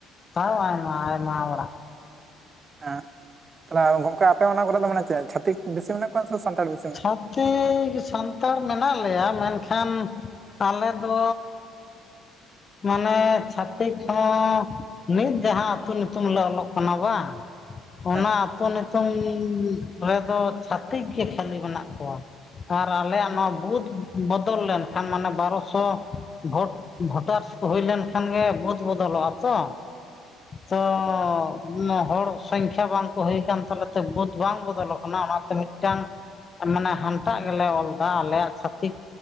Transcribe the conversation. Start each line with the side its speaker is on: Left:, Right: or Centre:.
Left: ᱛᱟᱣ ᱟᱭᱢᱟ ᱟᱭᱢᱟ ᱟᱲᱟᱜ᱾
Right: ᱦᱮᱸ ᱛᱟᱞᱦᱮ ᱜᱚᱝᱠᱮ ᱟᱯᱮ ᱚᱱᱟ ᱠᱚᱨᱮ ᱫᱚ ᱢᱟᱱᱮ ᱪᱮᱫ ᱪᱷᱟᱹᱛᱤᱠ ᱵᱮᱥᱤ ᱢᱮᱱᱟᱜ ᱠᱚᱣᱟ ᱥᱮ ᱥᱟᱱᱛᱟᱲ ᱵᱤᱥᱤ?
Left: ᱪᱷᱟᱹᱛᱤ ᱥᱟᱱᱛᱟᱲ ᱢᱮᱱᱟᱜ ᱞᱮᱭᱟ ᱢᱮᱱᱠᱷᱟᱱ ᱟᱞᱮ ᱫᱚ ᱢᱟᱱᱮ ᱪᱷᱟᱹᱛᱤᱠ ᱦᱚᱸ ᱱᱤᱛ ᱡᱟᱦᱟᱸ ᱟᱹᱛᱩ ᱧᱩᱛᱩᱢ ᱞᱮ ᱚᱞᱚᱜ ᱠᱟᱱᱟ ᱵᱟᱝ ᱚᱱᱟ
Right: ᱦᱮᱸ
Left: ᱟᱹᱛᱳ ᱧᱩᱛᱩᱢ ᱨᱮᱫᱚ ᱪᱷᱟᱹᱛᱤᱠ ᱜᱮ ᱠᱷᱟᱹᱞᱤ ᱢᱮᱱᱟᱜ ᱠᱚᱣᱟ᱾ ᱟᱨ ᱟᱞᱮᱭᱟᱜ ᱱᱚᱣᱟ ᱵᱩᱫ ᱵᱚᱫᱚᱞ ᱞᱮᱱᱠᱷᱟᱱ ᱢᱟᱱᱮ ᱵᱟᱨᱚᱥᱚ ᱵᱷᱳᱴ ᱵᱷᱳᱴᱟᱨᱥ ᱠᱚ ᱦᱩᱭ ᱞᱮᱱ ᱠᱷᱟᱱ ᱜᱮ ᱵᱩᱫ ᱵᱚᱫᱚᱞᱚᱜᱼᱟ ᱛᱚ ᱛᱚ ᱛᱚ ᱩᱱᱟᱜ ᱦᱚᱲ ᱥᱚᱝᱠᱷᱟ ᱵᱟᱝᱠᱚ ᱦᱩᱭ ᱟᱠᱟᱱ ᱛᱟᱞᱮ ᱛᱮ ᱵᱩᱫ ᱵᱟᱝ ᱵᱚᱫᱚᱞᱚᱜ ᱠᱟᱱᱟ ᱚᱱᱟᱛᱮ ᱢᱤᱫᱴᱟᱝ ᱢᱟᱱᱮ ᱦᱟᱱᱴᱟᱜ ᱜᱮᱞᱮ ᱚᱞ ᱮᱫᱟ ᱟᱞᱮᱭᱟᱜ ᱪᱷᱟᱹᱛᱤᱠ